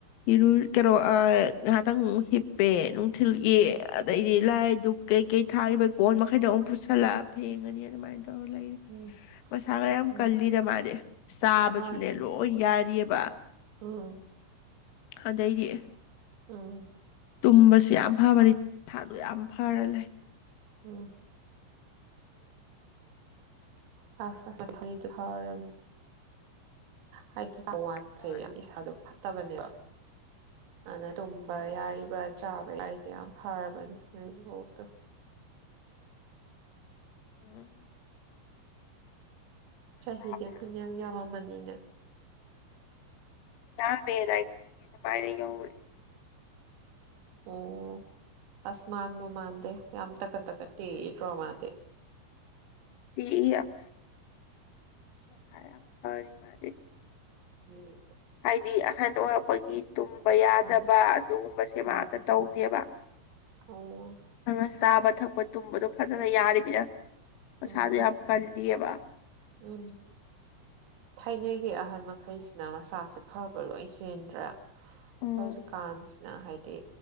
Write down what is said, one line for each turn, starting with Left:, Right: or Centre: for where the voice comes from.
Left: ꯏꯔꯨ ꯀꯩꯅꯣ ꯑꯥ ꯉꯥꯍꯥꯛꯇꯪ ꯍꯤꯞꯄꯦ ꯅꯨꯡꯊꯤꯜꯒꯤ
Right: ꯎꯝ
Left: ꯑꯗꯩꯗꯤ
Right: ꯎꯝ
Left: ꯂꯥꯏ ꯗꯨꯛ ꯀꯩ ꯀꯩ ꯊꯥꯤꯕ ꯀꯣꯟ ꯃꯈꯩꯗꯣ ꯑꯃꯨꯛ ꯄꯨꯁꯜꯂꯛ ꯐꯦꯡꯉꯅꯤ ꯑꯗꯨꯃꯥꯏꯅ ꯇꯧꯔꯥ ꯂꯩ
Right: ꯎꯝ
Left: ꯃꯁꯥꯒ ꯌꯥꯝ
Right: ꯎꯝ
Left: ꯀꯜꯂꯤꯗ ꯃꯥꯗꯤ ꯆꯥꯕꯁꯨꯅꯦ
Right: ꯍꯣꯏ
Left: ꯂꯣꯏ ꯌꯥꯔꯤꯌꯦꯕ
Right: ꯎꯝ
Left: ꯑꯗꯩꯗꯤ
Right: ꯎꯝ
Left: ꯇꯨꯝꯕꯁꯤ ꯌꯥꯝ ꯐꯕꯅꯤꯁꯥꯗꯣ ꯌꯥꯝ ꯐꯔ ꯂꯩ
Right: ꯎꯝ ꯐꯥꯁ ꯁꯠ ꯄꯥ ꯐꯪꯗꯨ ꯐꯥ ꯔꯥ ꯕꯅꯦ ꯍꯥꯏꯗꯤ ꯑꯋꯥꯠꯁꯦ
Left: ꯍꯣꯏ
Right: ꯌꯥꯝ ꯏꯁꯥꯗ ꯐꯠꯇꯥꯕꯅꯦꯕ ꯑꯗꯩ ꯇꯨꯝꯕ ꯌꯥꯔꯤꯕ ꯆꯥꯕ ꯌꯥꯔꯤꯖꯦ ꯌꯥꯝ ꯐꯔꯤꯕꯅꯦ ꯅꯣꯏ ꯕꯨꯕꯣꯛꯇꯣ
Left: ꯎ
Right: ꯆꯍꯤꯗꯤ
Left: ꯆꯥꯕ ꯌꯥꯝ
Right: ꯐꯅꯤꯌꯥꯝ
Left: ꯐꯔꯤꯕ
Right: ꯌꯥꯝꯃꯝ ꯃꯥꯅꯤꯅꯦ
Left: ꯅꯍꯥꯟ ꯕꯦ ꯑꯗꯥꯥꯏꯅ <unintelligible> ꯌꯧꯔꯦ
Right: ꯎꯝ ꯑꯁ ꯃꯥꯟꯕꯨ ꯃꯥꯟꯗꯦ ꯌꯥꯝ ꯇꯥꯒꯠ-ꯇꯒꯠ ꯇꯦꯛꯏ ꯔꯣꯃꯥꯗꯤ
Left: ꯇꯤ ꯏ ꯑꯁ ꯃꯁꯥ ꯌꯥꯝ ꯑꯃ ꯐꯔꯤ ꯃꯥꯗꯤ
Right: ꯎꯝ
Left: ꯍꯥꯏꯗꯤ ꯑꯍꯟ ꯑꯣꯏꯔꯛꯄꯒꯤ ꯇꯨꯝꯕ ꯌꯥꯗꯕ
Right: ꯎꯝ
Left: ꯑꯗꯨꯒꯨꯝꯕꯁꯦ
Right: ꯎꯝ
Left: ꯃꯥꯗꯥ ꯇꯧꯗꯦꯕ <unintelligible>
Right: ꯑꯣ
Left: ꯑꯗꯨꯅ ꯆꯥꯕ ꯊꯛꯄ ꯇꯨꯝꯕꯗꯣ ꯐꯖꯅ ꯌꯥꯔꯤꯕꯅꯤꯅ ꯃꯁꯥꯗꯣ
Right: ꯎꯝ
Left: ꯌꯥꯝ ꯀꯜꯂꯤꯌꯦꯕ
Right: ꯎꯝ ꯊꯥꯏꯅꯒꯤ ꯑꯍꯟ ꯃꯈꯩꯁꯤꯅ ꯃꯁꯥꯁꯦ ꯐꯥꯕ ꯂꯣꯏ ꯍꯦꯟꯗ꯭ꯔꯥ
Left: ꯎꯝ
Right: ꯍꯧꯖꯤꯛꯀꯥꯟꯁꯤꯅ ꯍꯥꯏꯗꯤ